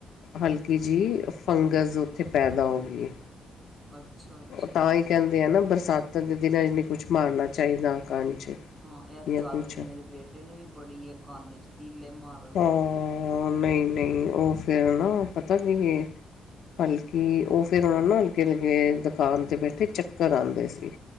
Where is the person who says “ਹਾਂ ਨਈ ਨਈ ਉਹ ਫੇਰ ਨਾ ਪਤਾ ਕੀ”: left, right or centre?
Left